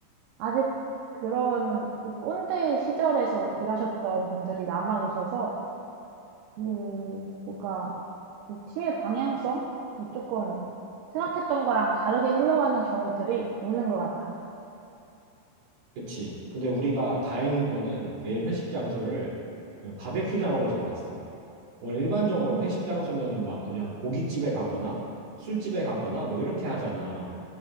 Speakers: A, on the right; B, on the right.
A: 아직 그런 그 꼰대 시절에서 일하셨던 분들이 남아 계셔서 음, 뭔가, 이 팀의 방향성이 조금 생각했던 거랑 다르게 흘러가는 경우들이 있는 것 같아.
B: 그치? 근데 우리가 다행인 거는 내일 회식 장소를 그냥 바베큐장으로 잡았어. 원래 일반적으로
A: 음.
B: 회식 장소면은 막 그냥 고깃집에 가거나 술집에 가거나 뭐 이렇게 하잖아.